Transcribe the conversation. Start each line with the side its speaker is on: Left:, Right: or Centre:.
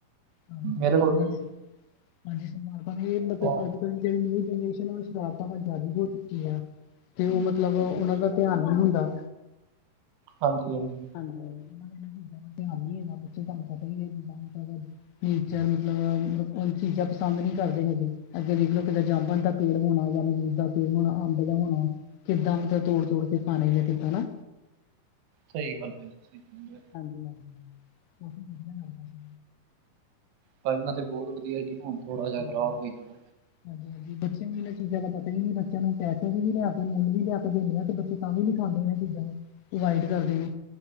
Left: ਹਾਂ ਮ
Right: ਮੇਰੇ ਕੋਲ ਨੀ
Left: ਹਾਂਜੀਾਰ ਮਤਬ
Right: ਹਾਂ
Left: ਅੱਜ <inaudible> ਜਿਹੜੀ ਨਿਊ ਜਨਰੇਸ਼ਨ ਸ਼ਰਾਰਤਾਂ ਵਾਂ ਜਾਰੀ ਹੋ ਚੁੱਕੀ ਆ। ਤੇ ਉਹ ਮਤਲਬ ਉਹਨਾਂ ਦਾ ਧਿਆਨ ਨਹੀਂ ਹੁੰਦਾ।
Right: ਹਾਂਜੀ -ਹਾਂਜੀ
Left: ਹਾਂਜੀ ਚੀਜ਼ਾਂ ਦਾ ਧੀਗਾ ਬੇ ਤੁਹਾਨੂੰ ਪਤਾ ਹੀ ਹੈ ਜਿੱਦਾਂ ਨੇਚਰ ਮਤਲਬ ਚੀਜ਼ਾਂ ਪਸੰਦ ਨਹੀਂ ਕਰਦੇ ਹੈਗੇ ਅੱਗੇ ਦੇਖਲੋ ਕਿਦਾਂ ਜਾਮਣ ਤਾਂ, ਪੇੜ ਹੋਣਾ ਜਾਂ ਮਜ਼ੂਦ ਦਾ ਪੇੜ ਹੋਣਾ ਅੰਬ ਦਾ ਹੋਣਾ ਕਿੱਦਾਂ ਮਤਲਬ ਤੋੜ- ਤੋੜ ਕੇ ਖਾਣੇ ਹੈ ਕਿੱਦਾਂ ਨਾ
Right: ਸਹੀ ਗੱਲ ਹੈ ਸਹੀ।
Left: ਹਾਂਜੀ -ਹਾਂਜੀ ਲੱਗਦਾ ਸੀ।
Right: ਫਾਈਲਾਂ ਤੇ ਬਹੁਤ ਵਧੀਆ ਜੀ ਹੁਣ ਥੋੜ੍ਹਾ ਜਿ
Left: ਹਾਂਜੀ
Right: ਖਰਾਬ ਹੋਈ ਜਾਣਾ।
Left: ਹਾਂਜੀ- ਹਾਂਜੀ ਬੱਚਿਆਂ ਨੂੰ ਇਹਨਾਂ ਚੀਜ਼ਾਂ ਦਾ ਪਤਾ ਹੀ ਨੀ ਬੱਚਿਆਂ ਨੂੰ ਪੈਸੇ ਵੀ ਲਿਆ ਕੇ ਮੁੱਲ ਵੀ ਲਿਆ ਕੇ ਦੇਣੇ ਆ ਤੇ। ਅਸੀ ਤਾਂ ਵੀ ਨੀ ਖਾਂਦੇ ਇਹ ਚੀਜ਼ਾਂ ਨੂੰ ਅਵਾਇਡ ਕਰਦੇ ਨੇ।